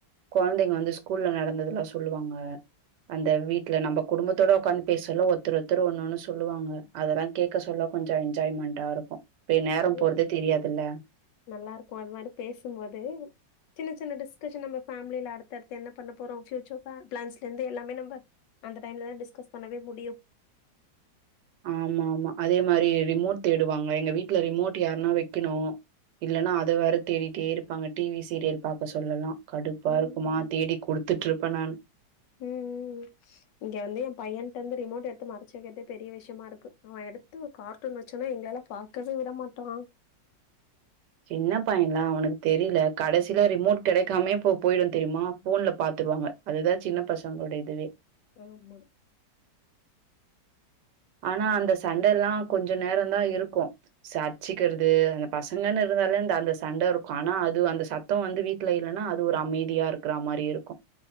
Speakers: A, on the right; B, on the left.
A: கொழந்தைங்க வந்து ஸ்கூல்ல நடந்ததெல்லா சொல்லுவாங்க அந்த வீட்ல நம்ப குடும்பத்தோட உக்காந்து பேசொல ஒருத்தர் ஒருத்தர் ஒண்ணொன்னு சொல்லுவாங்க அதெல்லா கேக்க சொல்ல கொஞ்சோ என்ஜாய்மெண்டா இருக்கு இ்ப்பயே நேரம்
B: நல்லா
A: போறதே தெரியாதில்ல
B: நல்லா இருக்குமா அது மாரி பேசும்போது சின்ன சின்ன டிஸ்கஷன் நம்ம ஃபேமில அடுத்தடுத்து என்ன பண்ண போறோ ஃபூயூச்சர் ப்ளா பிளான்ஸ்லந்து எல்லாமே நம்ப அந்த டைம்லதா டிஸ்கஸ் பண்ணவே முடியு
A: ஆமாமா அதே மாரி ரிமோட் தேடுவாங்க எங்க வீட்ல ரிமோட் யார்னா வெக்கணு இல்லனா அத வேற தேடிட்டே இருப்பாங்க டி வி சீரியல் பாக்க சொல்லல்லா கடுப்பா
B: ம்
A: இருக்கு மா தேடி குடுத்துட்டு இருப்ப நானு
B: ம் ம் ம் இங்க வந்து என் பையன்ட்ட வந்து ரிமோட் எடுத்து மறச்சு வெக்கிறதே பெரிய விஷ்யமா இருக்கு அவன் எடுத்து கார் டூன் வெச்சொன்னே எங்களெல்லா பாக்கவே விட மாற்றான்
A: சின்ன பையன்ல்ல அவன்க்கு தெரில கடைசில ரிமோட் கெடைக்காமயே போ போயிடு தெரிமா ஃபோன்ல பாத்துருவாங்க அதுதா சின்ன பசங்ளோட இதுவே
B: ஆமா
A: ஆனா அந்த சண்டல்லா கொஞ்ச நேரந்தா இருக்கு சாக்சிக்கிறது அந்த பசங்கன்னு இருந்தாலே இந்த அந்த சண்ட இருக்கு ஆனா அது அந்த ச த்தம் வந்து வீட்ல இருனா அது ஒரு அமைதியா இருக்ற மாரி இருக்கு